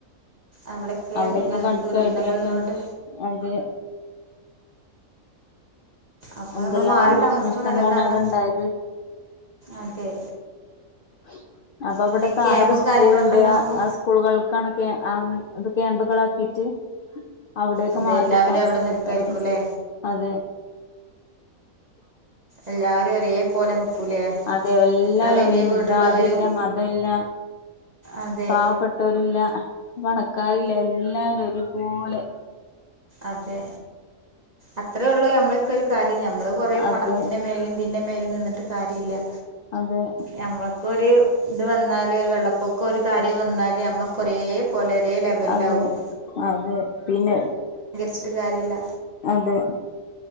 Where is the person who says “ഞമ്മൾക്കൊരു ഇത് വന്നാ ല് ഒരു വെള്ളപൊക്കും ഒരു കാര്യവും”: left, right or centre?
Right